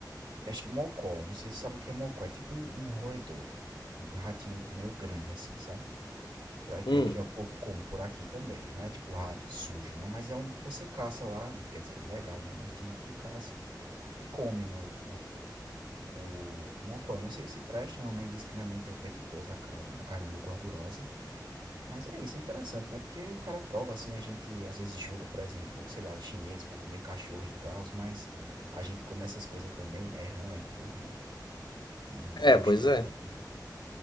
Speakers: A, on the right; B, on the left.
A: Acho que mocó. Não sei se você sabe o que é mocó. É tipo um, um roedor. Um ratinho meio grande assim, sabe? É que
B: Hum.
A: é que o povo come por aqui também. Não é tipo rato sujo, né? Mas é um que você caça lá. Quer dizer, ilegal, né? Mas tem gente que caça e come, né? O, o, o mocó. Não sei se presta. Minha mãe disse que não é muito apetitoso. A ca- a carne é meio gordurosa. Mas é isso. É interessante, né? Porque o cara prova assim. A gente às vezes julga, por exemplo, sei lá, os chineses por comer cachorro e tal. Mas a gente come essas coisas também, né? Rã e tudo. E e não
B: É,
A: e não
B: pois
A: julga
B: é.
A: tanto, né.